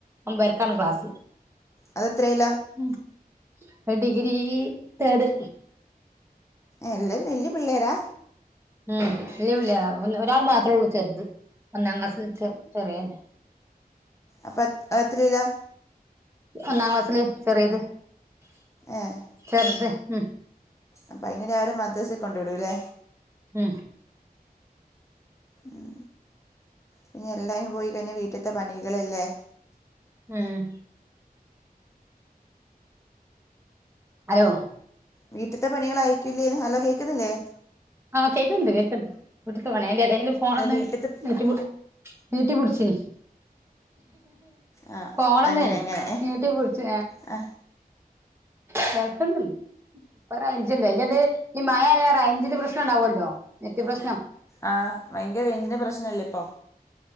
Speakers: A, on the right; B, on the left.
A: ഒമ്പരക്കാണ് ക്ലാസ്സ്‌
B: അത്എത്രില്ല
A: ഉം ഡിഗ്രി തേഡ്
B: എല്ലാരും വലിയ പിള്ളേരാ
A: ഉം ഇല്ലി ഇല്ല ഒ ഒരാൾ മാത്ര ഉള്ളൂ ചെറുത് ഒന്നാം ക്ലാസ്സിെ ചെ ചെറിയെ
B: അപ്പെ എത്രിലാ?
A: ഒന്നാം ക്ലാസ്സില് ചെറിയത്
B: ഏഹ്
A: ചെർത് ഉം
B: അപ്പൊ അയിനെരാവിലെ മദ്രസിൽ കൊണ്ടു വിടുല്ലേ
A: ഉം
B: ഉം പിന്നെ എല്ലാവരും പോയി കഴിഞ്ഞ വീട്ടത്തെ പണികളല്ലേ
A: ഉം ഹലോ
B: വീട്ടിത്തെ പണികൾ അയക്കൂല്ലേന്ന് ഹലോ കേക്കുന്നില്ലേ?
A: ആ കേക്ക്ണ്ട് കേക്ക്ണ്ട് വീട്ടിതെ പണി അയിന്റെ എടേൽ ഫോണോന്ന്
B: അല്ല വീട്ടിലത്തെ
A: നീട്ടി പി നീട്ടി പിടിച്ചേ
B: ആ
A: ഫോണോന്ന്
B: അങ്ങനെ അങ്ങനെ
A: നീട്ടി പിടിച്
B: ആ
A: തിരക്കൊന്നുല്ല അപ്പ റൈഞ്ചില്ല അയിൻ്റെടാൽ ഈ മഴായ റൈഞ്ചിന്റ് പ്രശ്നം ഉണ്ടാവുല്ലോ നെറ്റ് പ്രശ്നം
B: ആഹ് ഭയങ്കര റേഞ്ചിൻ്റെ പ്രശ്നല്ലേ ഇപ്പൊ